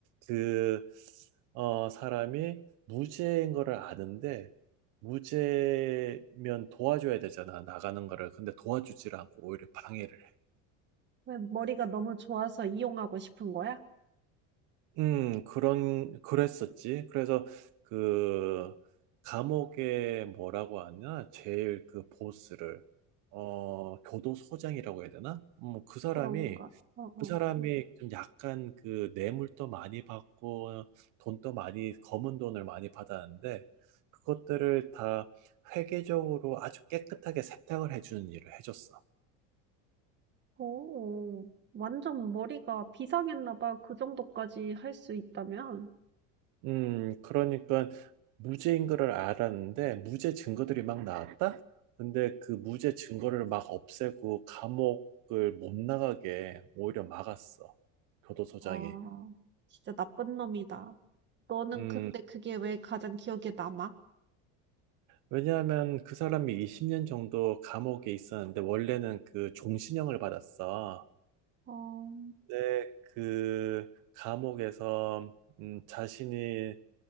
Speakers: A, on the right (about 55°); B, on the right (about 30°).
A: 그 어, 사람이 무죄인 거를 아는데 무죄면 도와줘야 되잖아 나가는 거를. 근데 도와주질 않고 오히려 방해를 해.
B: 왜 머리가 너무 좋아서 이용하고 싶은 거야?
A: 음, 그런, 그랬었지. 그래서 그 감옥에 뭐라고 하냐? 제일 그 보스를, 어, 교도소장이라고 해야 되나? 음, 그 사람이
B: 그런가? 어, 어.
A: 그 사람이 좀 약간 그 뇌물도 많이 받고 돈도 많이 검은 돈을 많이 받았는데 그것들을 다 회계적으로 아주 깨끗하게 세탁을 해주는 일을 해줬어.
B: 오, 완전 머리가 비상했나 봐. 그 정도까지 할 수 있다면.
A: 음, 그러니까 무죄인 거를 알았는데 무죄 증거들이 막 나왔다? 근데 그 무죄 증거를 막 없애고 감옥을 못 나가게 오히려 막았어. 교도소장이.
B: 아, 진짜 나쁜 놈이다. 너는
A: 음,
B: 근데 그게 왜 가장 기억에 남아?
A: 왜냐하면 그 사람이 20년 정도 감옥에 있었는데 원래는 그 종신형을 받았어.
B: 어,
A: 근데 그 감옥에서 음, 자신이